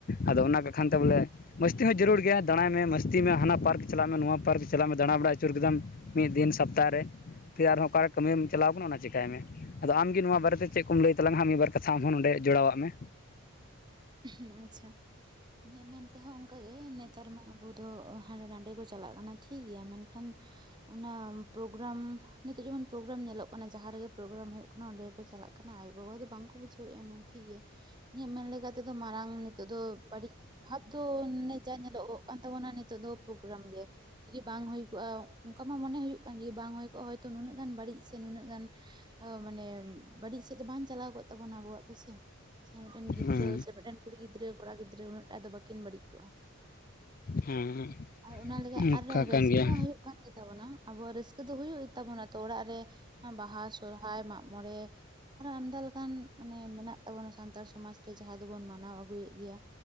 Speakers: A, on the left; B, on the right.
A: ᱟᱫᱚ ᱚᱱᱟ ᱠᱚᱠᱷᱟᱱ ᱛᱮ ᱵᱚᱞᱮ ᱢᱟᱹᱥᱛᱤ ᱦᱚᱸ ᱡᱟᱹᱨᱩᱲ ᱜᱮᱭᱟ ᱫᱟᱸᱲᱟᱭ ᱢᱮ ᱢᱟᱹᱥᱛᱤ ᱢᱮ ᱦᱟᱱᱟ ᱯᱟᱨᱠ ᱪᱟᱞᱟᱜ ᱢᱮ ᱱᱚᱣᱟ ᱯᱟᱨᱠ ᱪᱟᱞᱟᱜ ᱢᱮ ᱫᱟᱲᱟ ᱵᱟᱲᱟ ᱟᱹᱪᱩᱨ ᱠᱮᱫᱟᱢ ᱢᱤᱫ ᱫᱤᱱ ᱥᱚᱯᱛᱟ ᱨᱮ ᱯᱷᱤᱨ ᱟᱨᱦᱚᱸ ᱚᱠᱟᱨᱮ ᱠᱟᱹᱢᱤᱢ ᱪᱟᱞᱟᱣ ᱠᱟᱱᱟ ᱚᱱᱟ ᱪᱮᱠᱟᱭ ᱢᱮ ᱟᱫᱚ ᱟᱢᱜᱮ ᱱᱚᱣᱟ ᱵᱟᱨᱮ ᱛᱮ ᱪᱮᱫ ᱠᱚᱢ ᱞᱟᱹᱭ ᱛᱟᱞᱟᱝᱼᱟ ᱦᱟᱸᱜ ᱢᱤᱫᱵᱟᱨ ᱠᱟᱛᱷᱟ ᱟᱢᱦᱚᱸ ᱱᱚᱰᱮ ᱡᱚᱲᱟᱣᱟᱜ ᱢᱮ
B: ᱦᱮᱸ ᱟᱪᱪᱷᱟ ᱦᱮᱸ ᱢᱮᱱ ᱛᱮᱦᱚᱸ ᱚᱱᱠᱟᱜᱮ ᱱᱮᱛᱟᱨ ᱢᱟ ᱟᱵᱚ ᱫᱚ ᱦᱟᱸᱰᱮ ᱱᱟᱸᱰᱮ ᱠᱚ ᱪᱟᱞᱟᱜ ᱠᱟᱱᱟ ᱴᱷᱤᱠ ᱜᱮᱭᱟ ᱢᱮᱱᱠᱷᱟᱱ ᱚᱱᱟ ᱯᱨᱳᱜᱨᱟᱢ ᱱᱤᱛᱚᱜ ᱡᱮᱢᱚᱱ ᱯᱨᱳᱜᱨᱟᱢ ᱧᱮᱞᱚᱜ ᱠᱟᱱᱟ ᱡᱟᱦᱟᱸ ᱨᱮᱜᱮ ᱯᱨᱳᱜᱨᱟᱢ ᱦᱩᱭᱩᱜ ᱠᱟᱱᱟ ᱚᱸᱰᱮ ᱜᱮᱠᱚ ᱪᱟᱞᱟᱜ ᱠᱟᱱᱟ ᱟᱭᱳᱼᱵᱟᱵᱟ ᱫᱚ ᱵᱟᱝᱠᱚ ᱵᱩᱡᱷᱟᱹᱣᱭᱮᱜᱼᱟ ᱢᱟ ᱴᱷᱤᱠ ᱜᱮᱭᱟ ᱤᱧᱟᱹᱜ ᱢᱮᱱ ᱞᱮᱠᱟ ᱛᱮᱫᱚ ᱢᱟᱨᱟᱝ ᱱᱤᱛᱚᱜ ᱫᱚ ᱵᱟᱹᱲᱤᱡ ᱵᱷᱟᱵ ᱫᱚ ᱱᱮ ᱡᱟ ᱧᱮᱞᱚᱜᱚᱜ ᱠᱟᱱ ᱛᱟᱵᱚᱱᱟ ᱱᱤᱛᱚᱜ ᱫᱚ ᱯᱨᱳᱜᱨᱟᱢ ᱜᱮ ᱡᱮ ᱵᱟᱝ ᱦᱩᱭ ᱠᱚᱜᱼᱟ ᱚᱱᱠᱟ ᱢᱟ ᱢᱚᱱᱮ ᱦᱩᱭᱩᱜ ᱠᱟᱱ ᱡᱮ ᱵᱟᱝ ᱦᱩᱭ ᱠᱚᱜᱼᱟ ᱦᱚᱭᱛᱳ ᱱᱩᱱᱟᱹᱜ ᱜᱟᱱ ᱵᱟᱹᱲᱤᱡ ᱥᱮ ᱱᱩᱱᱟᱹᱜ ᱜᱟᱱ ᱚ ᱢᱟᱱᱮ ᱵᱟᱹᱲᱤᱡ ᱥᱮᱫ ᱫᱚ ᱵᱟᱝ ᱪᱟᱞᱟᱣ ᱠᱚᱜ ᱛᱟᱵᱚᱱᱟ ᱟᱵᱚᱣᱟᱜ ᱫᱚ ᱥᱮ ᱥᱮ ᱢᱤᱫᱴᱮᱱ ᱜᱤᱫᱽᱨᱟᱹ
A: ᱦᱮᱸ
B: ᱥᱮ ᱢᱤᱫᱴᱮᱱ ᱠᱩᱲᱤ ᱜᱤᱫᱽᱨᱟᱹ ᱠᱚᱲᱟ ᱜᱤᱫᱽᱨᱟᱹ ᱩᱱᱟᱹᱜ ᱴᱟ ᱫᱚ ᱵᱟᱹᱠᱤᱱ ᱵᱟᱹᱲᱤᱡ ᱠᱚᱜᱼᱟ
A: ᱦᱮᱸ
B: ᱟᱨ ᱚᱱᱟ ᱞᱟᱹᱜᱤᱫ
A: ᱚᱱᱠᱟ
B: ᱟᱨ ᱨᱟᱹᱥᱠᱟᱹ
A: ᱠᱟᱱ ᱜᱮᱭᱟ
B: ᱢᱟ ᱦᱩᱭᱩᱜ ᱠᱟᱱ ᱜᱮ ᱛᱵᱚᱱᱟ ᱟᱵᱚᱣᱟᱜ ᱨᱟᱹᱥᱠᱟᱹ ᱫᱚ ᱦᱩᱭᱩᱜ ᱛᱟᱵᱚᱱᱟ ᱛᱚ ᱚᱲᱟᱜ ᱨᱮ ᱟ ᱵᱟᱦᱟ, ᱥᱚᱦᱨᱟᱭ, ᱢᱟᱜ ᱢᱚᱬᱮ ᱟᱨᱚ ᱟᱢᱫᱟ ᱞᱮᱠᱟᱱ ᱢᱟᱱᱮ ᱢᱮᱱᱟᱜ ᱛᱟᱵᱚᱱᱟ ᱥᱟᱱᱛᱟᱲ ᱥᱚᱢᱟᱡᱽ ᱨᱮ ᱡᱟᱦᱟᱸ ᱫᱚᱵᱚᱱ ᱢᱟᱱᱟᱣ ᱟᱹᱜᱩᱭᱮᱫ ᱜᱮᱭᱟ,